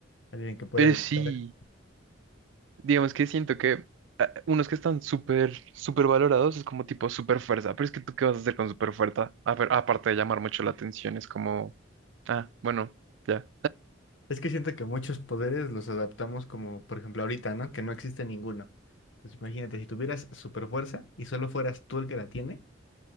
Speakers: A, on the left; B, on the right.
A: Alguien que pueda
B: Pero
A: evitar.
B: sí, digamos que siento que ah, unos que están súper, súper valorados es como tipo super fuerza. Pero es que tú, ¿qué vas a hacer con super fuerza? A ver, aparte de llamar mucho la atención, es como, ah, bueno, ya.
A: Es que siento que muchos poderes los adaptamos como, por ejemplo, ahorita, ¿no? Que no existe ninguno. Entonces, imagínate, si tuvieras super fuerza y solo fueras tú el que la tiene,